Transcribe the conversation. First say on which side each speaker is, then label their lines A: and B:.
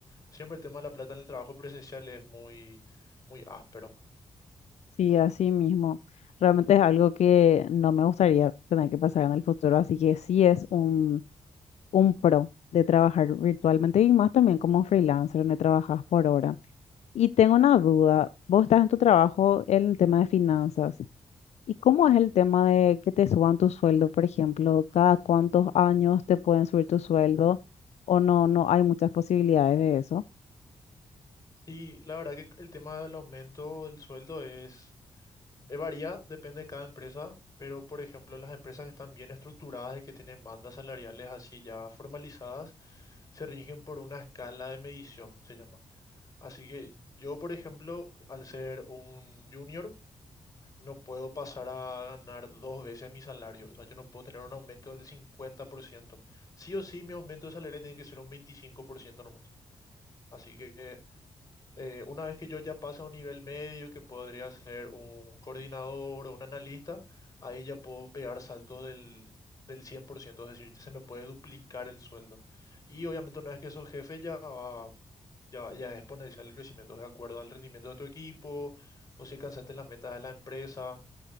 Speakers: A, on the left (about 30°); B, on the left (about 65°).
A: Siempre el tema de la plata en el trabajo presencial es muy, muy áspero.
B: Sí, así mismo. Realmente es algo que no me gustaría tener que pasar en el futuro, así que sí es un, un pro de trabajar virtualmente y más también como freelancer, donde trabajas por hora. Y tengo una duda, vos estás en tu trabajo en el tema de finanzas. ¿Y cómo es el tema de que te suban tu sueldo, por ejemplo? ¿Cada cuántos años te pueden subir tu sueldo? ¿O no, no hay muchas posibilidades de eso?
A: sí la verdad que el tema del aumento del sueldo es Eh, varía, depende de cada empresa, pero por ejemplo, las empresas que están bien estructuradas y que tienen bandas salariales así ya formalizadas, se rigen por una escala de medición, se llama. Así que yo, por ejemplo, al ser un junior, no puedo pasar a ganar dos veces mi salario. O sea, yo no puedo tener un aumento del 50%. Sí o sí, mi aumento de salario tiene que ser un 25% nomás. Así que eh, una vez que yo ya paso a un nivel medio, que podría ser un coordinador o un analista, ahí ya puedo pegar saltos del, del 100%, es decir, se me puede duplicar el sueldo. Y obviamente una vez que sos jefe ya va- ya, ya es exponencial el crecimiento de acuerdo al rendimiento de tu equipo o si alcanzaste las metas de la empresa